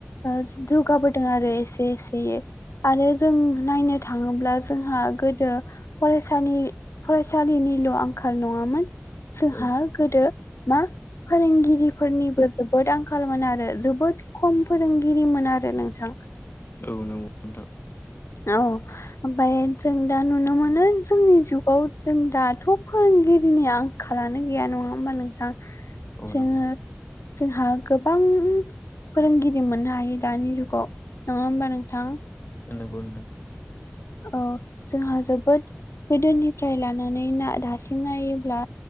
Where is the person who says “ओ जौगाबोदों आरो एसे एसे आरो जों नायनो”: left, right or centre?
Left